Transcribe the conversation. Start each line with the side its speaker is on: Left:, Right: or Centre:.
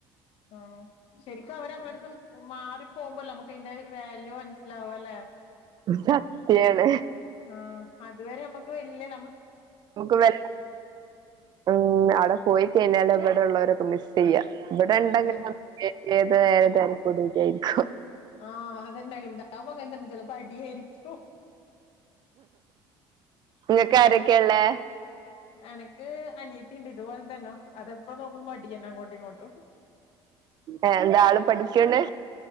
Left: ആഹ് ശെരിക്കും അവര് നമ്മളടത്ത് മാറിപ്പോവുമ്പല്ലെ നമുക്കയിന്റെ വാല്യൂ മൻസിലാവല്ലേ
Right: സത്യാണ്
Left: ആഹ് അത് വരെ നമ്മക്ക് വെല്ല്യെ
Right: നമുക്ക് വേണ്ട ഉം അവിടെ പോയി കഴിഞ്ഞാലൊ അവിടെ ഉള്ളവരൊക്കെ മിസ് ചെയ്യാ ഇവിടെണ്ടെങ്കിൽ
Left: അതെ
Right: <inaudible> ഏത് നേരോ തല്ലിക്കൂടിയിട്ടായിരിക്കും
Left: ആഹ് അതന്നെ ഇണ്ടാവും അങ്ങനെ തന്നെ ചിലപ്പോ അടിയായിരിക്കും
Right: ഇങ്ങക്ക് ആരൊക്കെയാ ഇള്ളേ
Left: എനക്ക് അനിയത്തി ഇണ്ട് ഇതുപോലെ തന്നെ അതെപ്പൊ നോക്കുമ്പോ അടിയെന്നെ അങ്ങോട്ടും ഇങ്ങോട്ടും
Right: ഏഹ് എന്താ ആള് പഠിക്ക്ണ്ട്